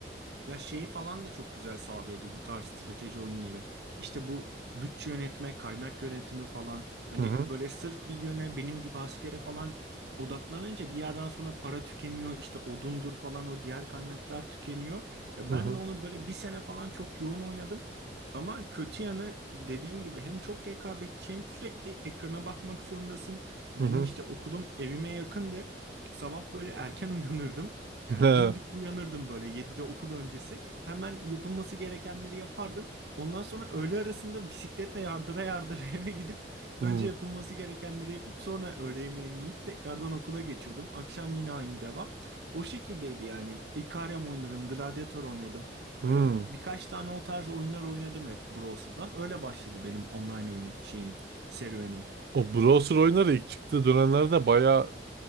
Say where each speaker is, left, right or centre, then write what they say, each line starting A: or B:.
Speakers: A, on the right (about 75°); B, on the right (about 55°).
A: Ya şeyi falan da çok güzel sağlıyordu bu tarz strateji oyunları. İşte bu bütçe yönetme, kaynak yönetimi falan. Hani
B: Hı hı
A: böyle sırf bir yöne benim gibi askere falan odaklanınca bir yerden sonra para tükeniyor. İşte odundur falan o diğer kaynaklar tükeniyor. Ya
B: hı
A: ben
B: hı
A: de onu böyle bir sene falan çok yoğun oynadım. Ama kötü yanı dediğim gibi hem çok rekabetçi hem sürekli ekrana bakmak zorundasın. Benim
B: hı hı.
A: işte okulum evime yakındı. Sabah böyle erken <laughs> uyanırdım.
B: He,
A: E, dimdik uyanırdım böyle 7'de okul öncesi. Hemen yapılması gerekenleri yapardım. Ondan sonra öğle arasında bisikletle yardıra yardıra <laughs> eve gidip
B: hı,
A: önce yapılması gerekenleri yapıp sonra öğle yemeğimi yiyip tekrardan okula geçiyordum. Akşam yine aynı devam. O şekildeydi yani. Ikariam oynadım, Gladiator oynadım. Böyle
B: hı.
A: birkaç tane o tarz oyunlar oynadım hep browser'dan. Öyle başladı benim online oyun şeyim, serüvenim.
B: O browser oyunları ilk çıktığı dönemlerde bayağı